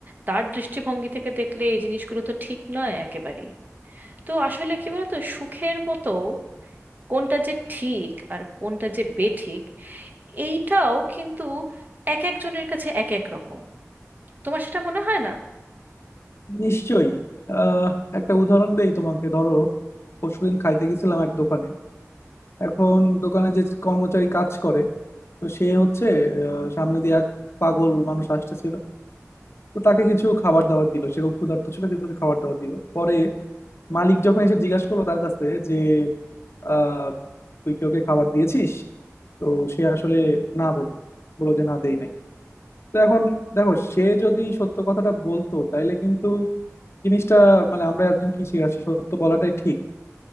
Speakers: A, on the right (about 35°); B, on the left (about 50°).
A: তার দৃষ্টিভঙ্গি থেকে দেখলে এই জিনিসগুলো তো ঠিক নয় একেবারেই তো আসলে কি বলতো সুখের মতো কোনটা যে ঠিক আর কোনটা যে বেঠিক এইটাও কিন্তু এক একজনের কাছে এক এক রকম তোমার সেটা মনে হয় না
B: নিশ্চয়ই আহ একটা উদাহরণ দেই তোমাকে ধরো পরশুদিন খাইতে গেছিলাম এক দোকানে এখন দোকানে যে কর্মচারী কাজ করে তো সে হচ্ছে আহ, সামনে দিয়ে এক পাগল মানুষ আসতেছিল তো তাকে কিছু খাবার দাবার দিল সে খুব ক্ষুধার্ত ছিল তাকে কিছু খাবার দাবার দিল পরে মালিক যখন এসে জিজ্ঞাসা করলো তার কাছে যে আহ তুই কি ওকে খাবার দিয়েছিস তো সে আসলে না বললো বললো যে না দেই নাই তো এখন দেখো সে যদি সত্য কথাটা বলতো তাইলে কিন্তু জিনিসটা মানে আমরা একজন কি শিখাচ্ছি সত্য বলাটাই ঠিক